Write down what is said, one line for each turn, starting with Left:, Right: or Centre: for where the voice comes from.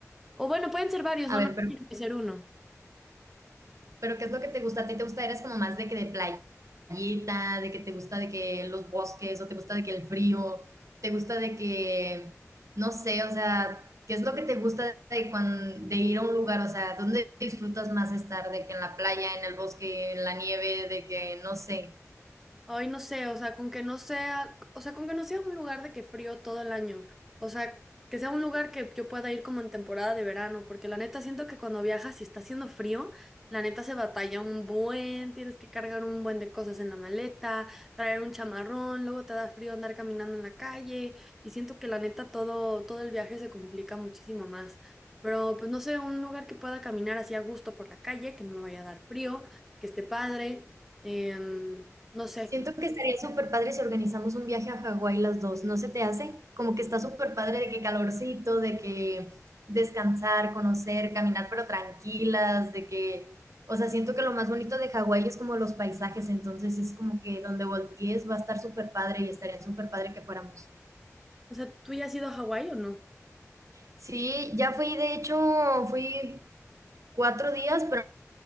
Centre: O bueno, pueden ser varios,
Right: A
Centre: no,
Right: ver,
Centre: no
Right: pero,
Centre: tiene que ser uno.
Right: pero ¿qué es lo que te gusta? ¿A ti te gusta? ¿Eres como más de que de playita, de que te gusta de que los bosques, o te gusta de que el frío, te gusta de que, no sé, o sea, ¿qué es lo que te gusta de, cuan- de ir a un lugar? O sea, ¿dónde disfrutas más estar? ¿De que en la playa, en el bosque, en la nieve, de que, no sé?
Centre: Ay, no sé, o sea, con que no sea, o sea, con que no sea un lugar de que frío todo el año, o sea, que sea un lugar que yo pueda ir como en temporada de verano, porque la neta siento que cuando viajas y está haciendo frío, la neta se batalla un buen, tienes que cargar un buen de cosas en la maleta, traer un chamarrón, luego te da frío andar caminando en la calle, y siento que la neta todo, todo el viaje se complica muchísimo más. Pero pues no sé, un lugar que pueda caminar así a gusto por la calle, que no me vaya a dar frío, que esté padre, em, no sé.
Right: Siento que estaría súper padre si organizamos un viaje a Hawái las 2. ¿no se te hace? Como que está súper padre de que calorcito, de que descansar, conocer, caminar, pero tranquilas, de que, o sea, siento que lo más bonito de Hawái es como los paisajes, entonces es como que donde voltees va a estar súper padre y estaría súper padre que fuéramos.
Centre: O sea, ¿tú ya has ido a Hawái o no?
Right: Sí, ya fui, de hecho, fui cuatro días, pero